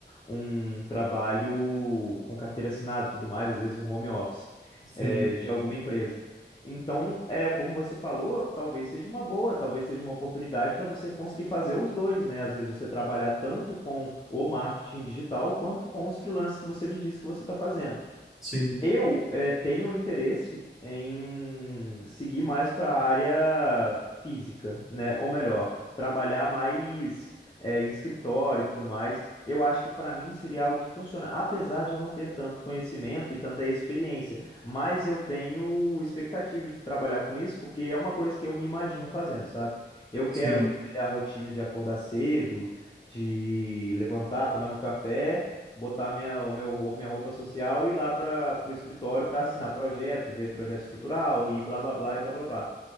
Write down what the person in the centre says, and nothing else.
Sim,
sim,
sim.